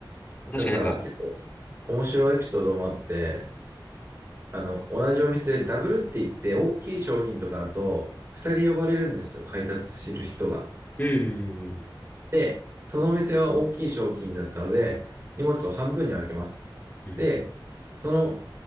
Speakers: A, on the left (about 20°); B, on the right (about 35°).
A: 確かになんか、
B: だから結構面白いエピソードもあって、あの、同じお店でダブルって言って、大きい商品とかだと、二人呼ばれるんですよ、配達する人が。
A: うん、うん、うん。
B: で、そのお店は大きい商品だったので、荷物を半分に分けます。
A: うん
B: で、その